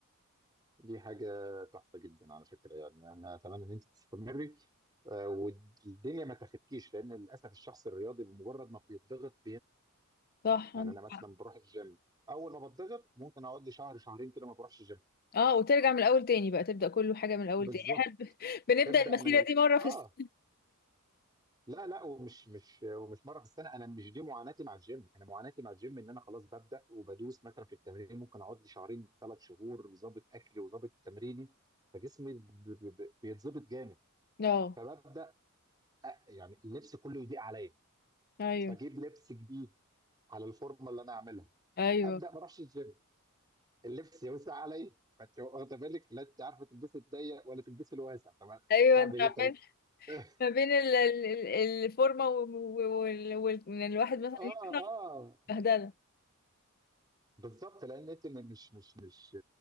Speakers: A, on the right (about 20°); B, on the left (about 45°).
A: دي حاجة تحفة جدا على فكرة يعني انا اتمنى ان انت تستمري آه، والدنيا ما تاخدكيش لان للاسف الشخص الرياضي بمجرد ما بيتضغط
B: صح
A: يعني
B: عندك
A: انا مثلا
B: حق
A: بروح الجيم اول ما بتضغط ممكن اقعد لي شهر شهرين كده ما بروحش الجيم
B: اه وترجع من الاول تاني بقى تبدا كله حاجه من الاول
A: بالظبط
B: تاني احنا ب- <laughs> بنبدا
A: ابدا
B: المسيره
A: من ال...
B: دي مره في
A: اه
B: السنه
A: لا لا ومش مش ومش مره في السنه انا مش دي معاناتي مع الجيم انا معاناتي مع الجيم ان انا خلاص ببدا وبدوس مثلا في التمرين ممكن اقعد لي شهرين ثلاث شهور ظابط اكلي وظابط تمريني فجسمي ب- ب- ب- بيتظبط جامد
B: اه
A: فببدا أ- يعني اللبس كله يضيق عليا
B: ايوه
A: فاجيب لبس جديد على الفورمه اللي انا عاملها
B: ايوه
A: ابدا ما اروحش الجيم اللبس يوسع علي فانت واخده بالك لا انت عارفه تلبسي الضيق ولا تلبسي الواسع طب
B: ايوه
A: اعمل
B: انت عمال
A: ايه طيب <laughs>
B: ما بين ال- ال- ال- الفورمه و- و- وال- وان الواحد مثلا
A: اه
B: يطلع
A: اه
B: بهدله
A: بالظبط لان انت م- مش مش مش